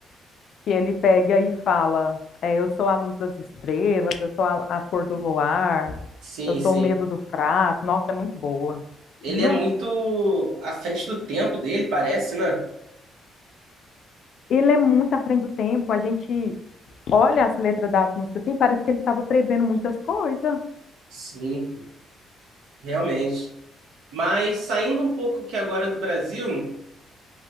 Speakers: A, on the left; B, on the right.
A: que ele pega e fala: é, Eu sou a luz das estrelas, eu sou a, a cor do luar,
B: Sim,
A: eu sou
B: sim.
A: o medo do fraco. Nossa, é muito boa.
B: Ele
A: Nu,
B: é muito à frente do tempo dele, parece, né?
A: ele é muito à frente do tempo. A gente olha as letras das músicas assim, parece que ele estava prevendo muitas coisas.
B: Sim, realmente. Mas saindo um pouco aqui agora do Brasil,